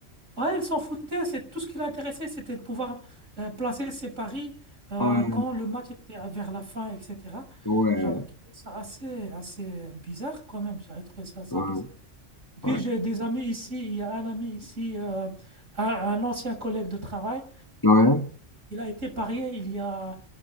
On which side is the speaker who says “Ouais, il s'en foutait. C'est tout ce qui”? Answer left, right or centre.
Right